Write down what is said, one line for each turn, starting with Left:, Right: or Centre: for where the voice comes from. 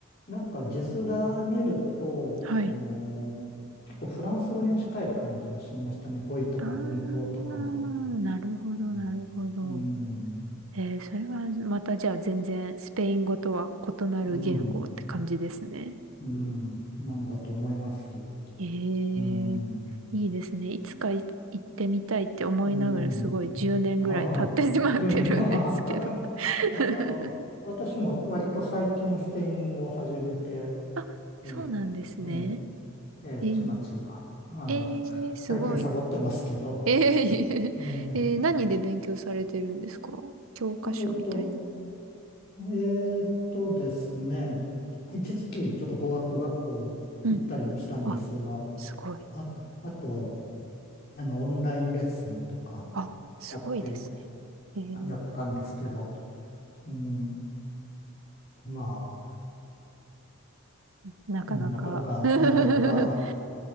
Left: なんか字面見ると、
Right: はい。
Left: あのー結構フランス語に近い感じはしましたね。語彙とか文法とかも。
Right: あー、なるほど、
Left: うん。
Right: なるほど。
Left: うん。
Right: えー、それはまたじゃあ全然スペイン語とは異なる言語って感じですね。
Left: うん。うんなんだと思います。
Right: えー、
Left: うん。
Right: いいですね。いつかい行ってみたいって思いながらすごい10年ぐらい経ってしまってるんですけど。
Left: うん。ああ、年。<laughs> ああ
Right: <laughs>
Left: いや、あの、私も割と最近スペイン語を始めて、
Right: あ、
Left: え
Right: そうなんですね。
Left: え、ええ、ええちまちま、
Right: えー、
Left: あの、
Right: えー、すごい。
Left: 最近サボってますけど、
Right: えー、
Left: ええ、
Right: <laughs> えー、何で勉強されてるんですか教科書みたいな。
Left: えっと、えっとですね、一時期ちょっと語学学校行ったりもしたんですが、
Right: うんうん。あ、すごい。
Left: あ、あと、あの、オンラインレッスンとか
Right: あ、すごいですね。
Left: あって
Right: え
Left: やったんですけど、うん、まあ、
Right: ー、なかなか
Left: うん、なかなか、
Right: <laughs>
Left: なかなか、